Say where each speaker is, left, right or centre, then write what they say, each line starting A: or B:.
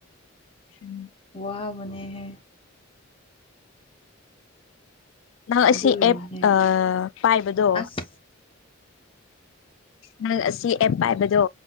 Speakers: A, on the left (about 65°); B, on the left (about 25°).
A: ꯎꯝ
B: ꯋꯥꯍꯕꯅꯦ ꯍꯦ
A: ꯅꯪ ꯑꯁꯤ
B: ꯑꯗꯨꯒꯤꯅꯦꯍꯦ
A: ꯑꯦꯞ ꯄꯥꯏꯕꯗꯣ
B: ꯑꯁ
A: ꯅꯪ ꯑꯁꯤ ꯑꯦꯞ ꯄꯥꯏꯕꯗꯣ